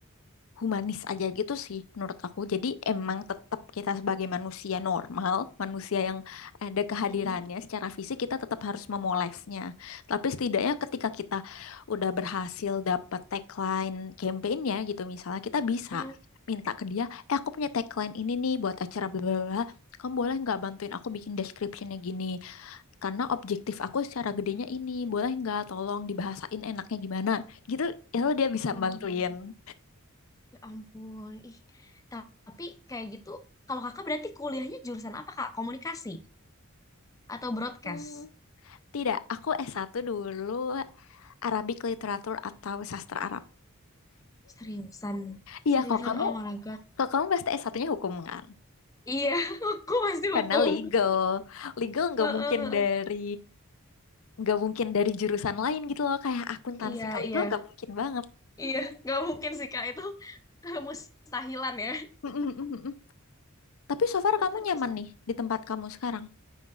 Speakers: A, on the left; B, on the left.
A: humanis aja gitu sih menurut aku. Jadi emang tetap kita sebagai manusia normal, manusia yang ada kehadirannya
B: Mhm.
A: secara fisik kita tetap harus memolesnya. Tapi setidaknya ketika kita udah berhasil dapat tagline campaignnya gitu misalnya kita bisa
B: Mhm.
A: minta ke dia, eh aku punya tagline ini nih buat acara bla bla bla. Kamu boleh nggak bantuin aku bikin descriptionnya gini? Karena objektif aku secara gedenya ini, boleh nggak tolong dibahasain enaknya gimana? Gitu, ya dia bisa
B: Mhm.
A: bantuin.
B: Ya ampun, ih tapi kayak gitu kalau kakak berarti kuliahnya jurusan apa kak? Komunikasi atau broadcast?
A: Hmm. Tidak, aku s satu dulu Arabic Literature atau Sastra Arab.
B: Seriusan,
A: Iya,
B: seriusan
A: kalau kamu
B: oh my god.
A: kalau kamu pasti S1-nya hukum kan?
B: Iya, <laughs> aku pasti
A: Karena
B: hukum.
A: legal. Legal nggak
B: Heeh,
A: mungkin
B: heeh.
A: dari nggak mungkin dari jurusan lain gitu loh kayak akuntansi
B: Iya,
A: ke legal
B: iya,
A: nggak mungkin banget.
B: iya. Nggak mungkin sih, Kak. Itu <laughs> mustahilan ya.
A: Mm-mm-mm-mm. Tapi so far
B: Kakak
A: kamu nyaman
B: tuh
A: nih di tempat kamu sekarang.